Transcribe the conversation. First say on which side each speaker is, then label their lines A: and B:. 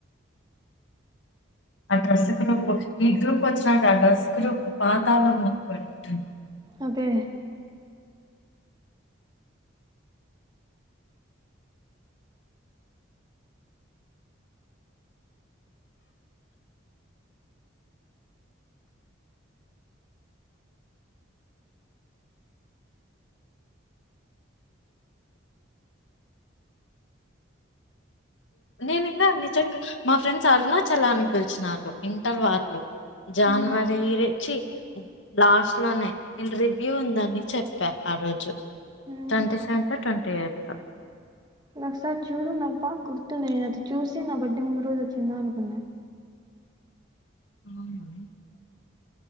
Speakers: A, on the left; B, on the right.
A: ఆ డ్రస్ గ్రూప్ ఈ గ్రూప్ వచ్చినడు ఆ డ్రస్ గ్రూప్ పాతాలంలోకి పడింది
B: అదే
A: నేను ఇంకా నిజంగా మా ఫ్రెండ్స్ అరుణ చలానికి పిలిచిన ఇంటర్ వాళ్లు జనవరి
B: మ్మ్.
A: రచ్చి లాస్ట్ లోనే నేను రివ్యూ ఉందని చెప్పా ఆ రోజు
B: మ్మ్.
A: ట్వంటీ సెవెన్ ట్వంటీ ఎయిత్
B: ఒక ఒకసారి చూడు నాకు బాగా గుర్తుంది. నేను అది చూసి నా బర్త్డే ముందు రోజు వచ్చిందా అనుకున్నాను.
A: అవునా